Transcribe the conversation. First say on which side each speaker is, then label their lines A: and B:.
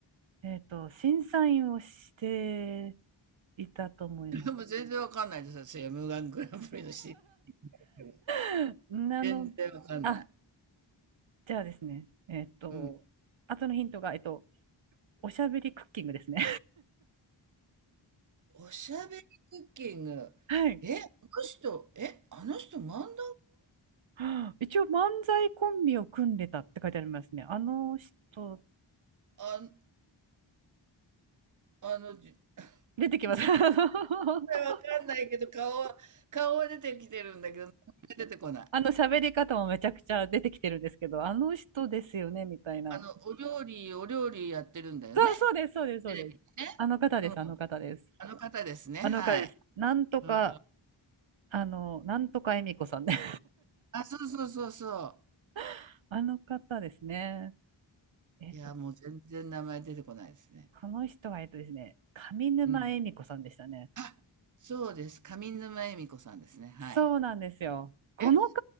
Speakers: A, on the right; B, on the right.
A: えっと、審査員をしていたと思います。
B: で <laughs> も全然わかんないです。私、m ングランプリのシ CD
A: <laughs> なの、
B: 全然わかんない。
A: あ、じゃあですね、えっと、
B: うん。
A: 後のヒントが、えっと、おしゃべりクッキングですね。
B: おしゃべりクッキング。
A: <laughs> はい。
B: え、あの人、え、あの人漫談家
A: <gasps> 一応、漫才コンビを組んでたって書いてありますね。あの人、
B: あ、あの、じ
A: 出てきます。
B: 絶
A: <laughs>
B: 対 <laughs> わかんないけど、顔は、顔は出てきてるんだけど、名前出てこない。
A: あの喋り方もめちゃくちゃ出てきてるんですけど、あの人ですよね、みたいな。
B: あの、お料理、お料理やってるんだよね。
A: そう、そうです、そうです、そうです。
B: テレビでね。
A: あの方です、
B: うん。
A: あの方です。
B: あの方ですね。はい。
A: あの方です。なんとか
B: うん。
A: あの、なんとか恵美子さんね。
B: あ、そうそうそうそ
A: <laughs> あの方ですね。えっと、
B: う。いや、もう全然名前出てこないですね。
A: この人は、えっとですね、上沼恵美子さんでしたね。
B: うん。あ、そうです。上沼恵美子さんですね。はい。
A: そうなんですよ。この方、
B: え、